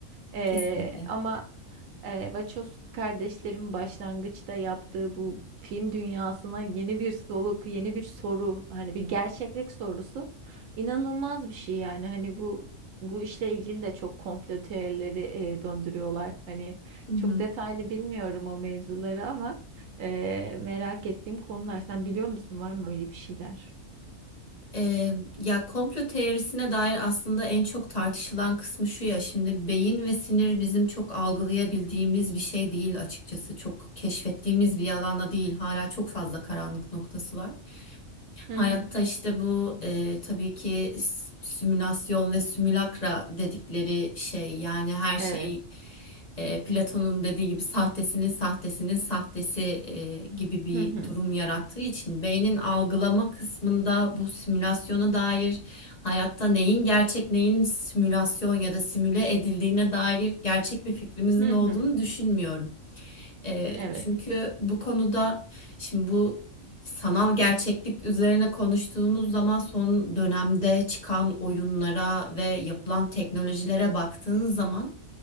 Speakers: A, on the right; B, on the left.
A: E,
B: Kesinlikle.
A: ama ee, Wachowski kardeşlerin başlangıçta yaptığı bu film dünyasına yeni bir soluk, yeni bir soru, hani bir gerçeklik sorusu inanılmaz bir şey yani. Hani bu bu işle ilgili de çok komplo teorileri e, döndürüyorlar. Hani
B: Hı hı.
A: çok detaylı bilmiyorum o mevzuları ama e, merak ettiğim konular. Sen biliyor musun var mı öyle bir şeyler?
B: Ee, ya komplo teorisine dair aslında en çok tartışılan kısmı şu ya şimdi beyin ve sinir bizim çok algılayabildiğimiz bir şey değil açıkçası çok keşfettiğimiz bir alanda değil hala çok fazla karanlık noktası var. Hayatta
A: Hı hı.
B: işte bu e, tabii ki s- simülasyon ve simülakra dedikleri şey yani her
A: Evet.
B: şey e, Platon'un dediği gibi sahtesinin sahtesinin sahtesi e, gibi bir
A: Hı hı.
B: durum yarattığı için beynin algılama kısmında bu simülasyona dair hayatta neyin gerçek neyin simülasyon ya da simüle edildiğine dair gerçek bir fikrimizin
A: Hı
B: olduğunu
A: hı.
B: düşünmüyorum. E,
A: Evet.
B: çünkü bu konuda şimdi bu sanal gerçeklik üzerine konuştuğumuz zaman son dönemde çıkan oyunlara ve yapılan teknolojilere baktığınız zaman